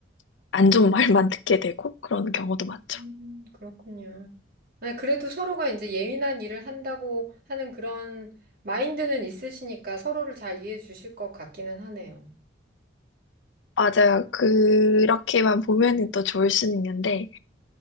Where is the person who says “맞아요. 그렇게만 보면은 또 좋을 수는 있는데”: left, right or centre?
Left